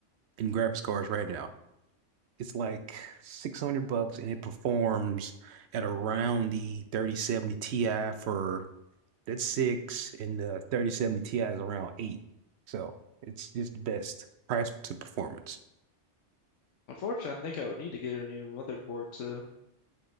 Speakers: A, on the right; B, on the left.
A: in graphics cards right now. It's like six hundred bucks, and it performs at around the thirty seventy Ti for that's six, and the thirty seventy Ti is around eight. So it's just the best price to performance.
B: Unfortunately, I think I would need to get a new motherboard to